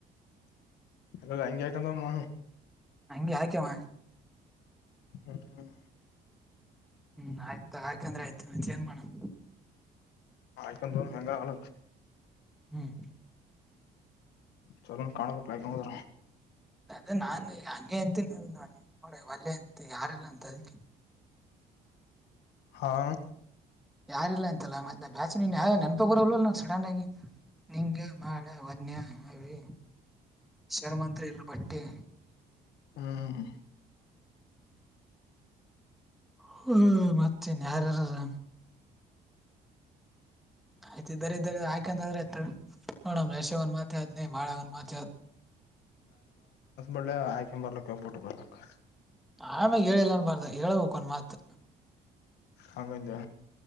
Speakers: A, on the left (about 85°); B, in the centre.
A: ಅ ಅಂಗಗೆ ಆಕಂದಮ್ಮ
B: ಹೆಂಗೆ ಆಯ್ಕವಾ
A: ಹ್ಮ್
B: ಹ್ಮ್ ಆಯ್ತ ಆಾ್ಕಂದ್ರೆ ಆಯ್ತು ಮಂಚ ಏನ್ ಮಾಡಣ
A: ಆಕಂದು ಅಂಗ ಅಲ
B: ಹ್ಮ್
A: ಚಲ ಕಾಣಬೇಕಕ್ ಹದ್ರ
B: ಅದ ನಾನನ್ ಹಂಗೆ ಅಂತನೆ ನೋಡ ಒಲ್ಲೆ ಅಂತ ಯಾರೆಲ್ಲ ಅಂತ ಅದಕ್ಕೆ
A: ಹಾ
B: ಯಾರಿಲ್ಲ ಅಂತಲ್ಲ ಮತ್ತೆ ನ ಬ್ಯಾಚ ನೀನ್ ಯಾವ ನೆನಪ ಬರಲ್ಲ ನಾ ಸಡನ್ ಆಗಿ ನಿಂಗ ಮಾಡಳ ವನ್ಯ ಅರಿ ಶರ್ಮಂತ್ರಿ ಎಲ್ ಭಟ್ಟೆ
A: ಹ್ಮ್
B: ಹ್ಮ್ ಮತ್ತೇನ್ ಯಾರ್ಯಾರದ ಆಯ್ತ ದರೀ ದರ ಹಯಕಂದ್ರೆ ಆತ ನೋಡಮ್ಮ ಎಷ್ಟ ಮ ಒ ಮಾತ ನ ಮಾಳಾವ ಮಾತ
A: ಒಳ್ಳೆ ಆಯ್ಕೊ್ ಬರ್ಲಕ್ಕ ಒೋಗಬಿಟ್ಟು ಬರ್ಲಕ್ಕ
B: ಆಮೇ ಹೇಳಿಲ್ಲ ಅನ್ ಬಾರ್ದ ಹೇಳ್ಬೇಕು ಒನ್ ಮಾತ್
A: ಹಂಗಂದು